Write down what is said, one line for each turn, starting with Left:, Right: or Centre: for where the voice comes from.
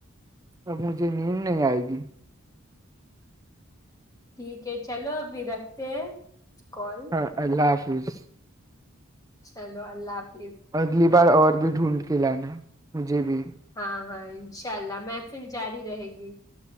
Right: اب مجھے نیند نہیں آئے گی
Left: ٹھیک ہے چلو ابھی رکھتے ہیں کال
Right: ہاں اللہ حافظ
Left: چلو اللہ ح
Right: اگلی بار اور بھی ڈھونڈ کے لانا مجھے بھی
Left: ہاں ہاں انشاء اللہ محفل جاری رہے گی